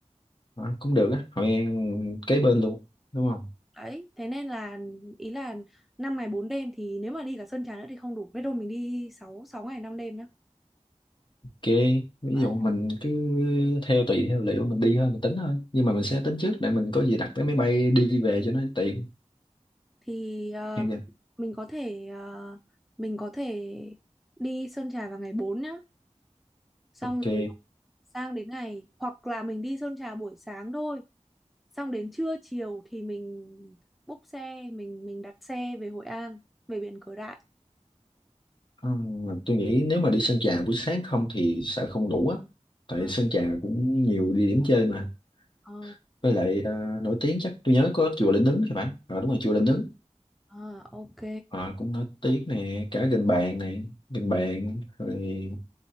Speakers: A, on the left (about 40°); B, in the centre.
A: Đó, cũng được á Hội An kế bên luôn đúng không
B: Đấy, thế nên là ý là 5 ngày 4 đêm thì nếu mà đi cả Sơn Trà nữa thì không đủ. Thế thôi mình đi sáu sáu ngày năm đêm nhá.
A: ok ví
B: Đấy.
A: dụ mình cứ theo tùy theo liệu mình đi thôi mình tính thôi nhưng mà mình sẽ tính trước để mình có gì đặt vé máy bay đi về cho nó tiện
B: Thì ờ,
A: Được chưa?
B: mình có thể ờ, mình có thể đi Sơn Trà vào ngày 4 nhá. Xong
A: ok
B: rồi là sang đến ngày hoặc là mình đi Sơn Trà buổi sáng thôi. Xong đến trưa chiều thì mình búc xe, mình mình đặt xe về Hội An, về biển Cửa Đại.
A: Ừm, mà tôi nghĩ nếu mà đi Sơn Trà buổi sáng không thì sợ không đủ á tại
B: Ờ,
A: Sơn Trà cũng nhiều địa điểm chơi mà
B: ờ,
A: với lại ờ, nổi tiếng chắc tôi nhớ có chùa Linh Ứng thì phải ờ đúng rồi chùa Linh Ứng
B: ờ, ok.
A: ờ cũng nổi tiếng nè cả Gành Bàn này Gành Bàn rồi